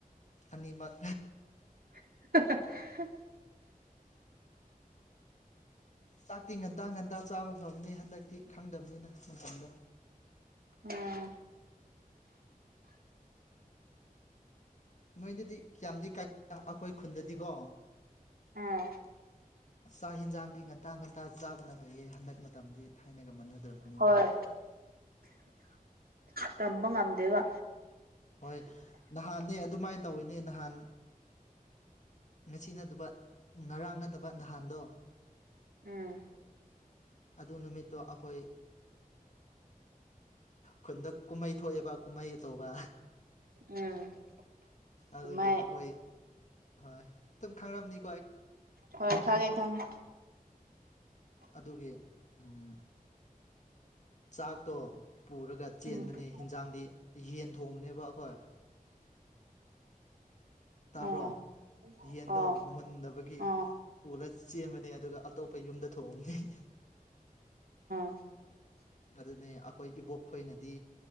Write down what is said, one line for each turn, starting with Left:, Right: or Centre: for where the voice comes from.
Left: ꯑꯅꯤꯃꯛ
Right: <unintelligible>
Left: ꯆꯥꯛꯇꯤ ꯉꯟꯇꯥ ꯉꯟꯇꯥ ꯆꯥꯕ ꯐꯕꯅꯦ ꯍꯟꯗꯛꯇꯤ ꯈꯪꯗꯕꯅꯤꯅ ꯃꯇꯝꯗꯣ
Right: ꯎꯝ
Left: ꯅꯣꯏꯗꯗꯤ ꯀꯌꯥꯝꯗꯤ ꯀꯥꯏ ꯑꯈꯣꯏ ꯈꯨꯟꯗꯗꯤꯀꯣ
Right: ꯑꯥ
Left: ꯆꯥꯛ ꯌꯦꯟꯖꯥꯡꯗꯤ ꯉꯟꯇꯥ ꯉꯟꯇꯥ ꯆꯥꯕꯅ ꯐꯩꯌꯦ ꯍꯟꯗꯛ ꯃꯇꯝꯗꯤ ꯊꯥꯏꯅꯒ ꯃꯥꯟꯅ
Right: ꯍꯣꯏ
Left: <unintelligible>
Right: ꯇꯝꯕ ꯉꯝꯗꯦꯕ
Left: ꯍꯣꯏ ꯅꯍꯥꯟꯅꯦ ꯑꯗꯨꯃꯥꯏꯅ ꯇꯧꯋꯦꯅꯦ ꯅꯍꯥꯟ ꯉꯁꯤ ꯅꯠꯇꯕ ꯉꯔꯥꯡ ꯅꯠꯇꯕ ꯅꯍꯥꯟꯗꯣ
Right: ꯎꯝ
Left: ꯑꯗꯨ ꯅꯨꯃꯤꯠꯇꯣ ꯑꯈꯣꯏ ꯈꯨꯟꯗ ꯀꯨꯝꯃꯩ ꯊꯣꯛꯑꯦꯕ ꯀꯨꯝꯃꯩ ꯑꯆꯧꯕ
Right: ꯎꯝ
Left: ꯑꯗꯨꯒꯤ
Right: ꯀꯃꯥꯏ
Left: ꯑꯈꯣꯏ ꯍꯣꯏ ꯑꯗꯨꯝ ꯈꯪꯔꯝꯅꯤ
Right: ꯍꯣꯏ ꯈꯪꯉꯦ ꯈꯪꯉꯦ
Left: ꯑꯗꯨꯒꯤ ꯎꯝ ꯆꯥꯛꯇꯣ ꯄꯨꯔꯒ ꯆꯦꯟꯕꯅꯦ
Right: ꯎꯝ
Left: ꯍꯤꯟꯖꯥꯡꯗꯤ ꯌꯦꯟ ꯊꯣꯡꯕꯅꯦꯕ ꯑꯩꯈꯣꯏ ꯇꯥꯕ꯭ꯔꯣ
Right: ꯑꯣ
Left: ꯌꯦꯟꯗꯣ
Right: ꯑꯣ
Left: ꯃꯨꯟꯗꯕꯒꯤ
Right: ꯑꯣ
Left: ꯄꯨꯂ ꯆꯦꯟꯕꯅꯦ ꯑꯗꯨꯒ ꯑꯇꯣꯞꯄ ꯌꯨꯝꯗ ꯊꯣꯡꯕꯅꯦ
Right: <inaudible>
Left: ꯑꯗꯨꯅꯦ ꯑꯈꯣꯏ ꯏꯕꯣꯛ ꯈꯣꯏꯅꯗꯤ